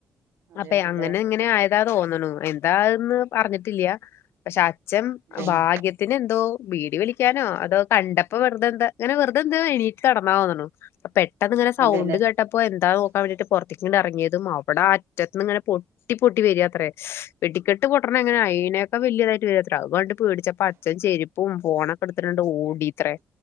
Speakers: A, on the right; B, on the left.
A: അതെ
B: അപ്പേ
A: അതെല്ലേ
B: അങ്ങനെ ഇങ്ങനെ ആയതാ തോന്നണു എന്താന്ന് പറഞ്ഞിട്ടില്ലയ പക്ഷെ അച്ച്ൻ
A: അതെല്ലേ
B: ഭാഗ്യത്തിന് എന്തോ വീടി വലിക്കാനോ അതോ കണ്ടപ്പോ വെറുതെന്താ ഇങ്ങനെ വെറുതെന്താ എണീറ്റ് കടന്നാ തോന്നുണു. അ അതാ ഇങ്ങനെ സൗണ്ട്
A: അതെല്ലേ
B: കേട്ടപ്പോ എന്താ നോക്കാൻ വേണ്ടിട്ട് പുറത്തി അ ഇറങ്ങിയതും അവിടെ അറ്റത്ത്ന്ന് ഇങ്ങനെ പൊട്ടി പൊട്ടി വരിയാത്രേ, വെടിക്കെട്ട് പൊട്ടണ എങ്ങനെ അയിനൊക്കെ വലിയതായിട്ട് വരിയാത്ര അത്കണ്ട് പേടിച്ചപ്പ അച്ചൻ ചെരുപ്പും ഫോണൊക്കെ എടുത്തിട്ടുണ്ട് ഓടിത്രേ.